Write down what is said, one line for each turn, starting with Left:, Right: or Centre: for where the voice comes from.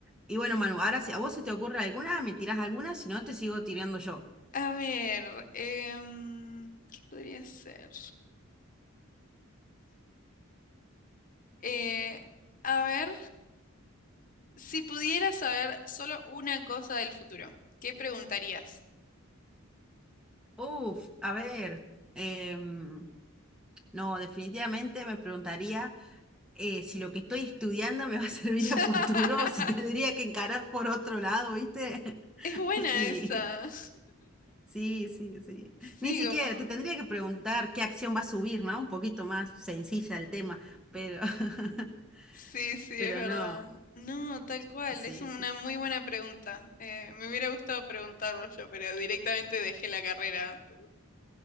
Centre: Y bueno, Manu, ahora si a vos se te ocurre alguna, me tirás alguna, si no te sigo tirando yo.
Left: A ver. em, ¿qué podría ser? Eh, a ver. Si pudieras saber solo una cosa del futuro, ¿qué preguntarías?
Centre: Uf, a ver, em, no, definitivamente me preguntaría eh, si lo que estoy estudiando me va a <laughs> servir
Left: <laughs>
Centre: a futuro o si tendría que encarar por otro lado, ¿viste?
Left: Es
Centre: <laughs>
Left: buena
Centre: Y
Left: esa.
Centre: sí, sí, sí.
Left: Sí,
Centre: Ni siquiera
Left: como...
Centre: te tendría que preguntar qué acción va a subir, ¿no? Un poquito más sencilla el tema, pero, <laughs>
Left: Sí, sí,
Centre: pero
Left: es verdad.
Centre: no,
Left: No, tal cual,
Centre: sí,
Left: es una
Centre: sí.
Left: muy buena pregunta. Eh, me hubiera gustado preguntarlo yo, pero directamente dejé la carrera antes.